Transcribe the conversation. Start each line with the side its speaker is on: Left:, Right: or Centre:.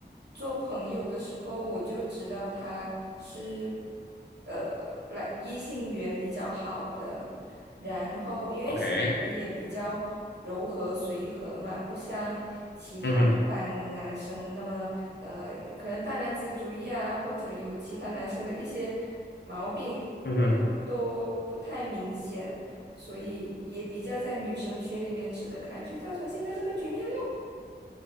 Right: 做朋友的时候，我就知道他是呃，来异性缘比较好的，然后因为性格也比较柔和随和嘛，
Left: ，OK，
Right: 不像其他一般男生那么呃，
Left: 嗯哼，
Right: 可能大男子主义啊，或者有其他男生的一些毛病
Left: 嗯哼
Right: 都不太明显。所以也比较在女生群里面吃得开，就造成现在这个局面咯。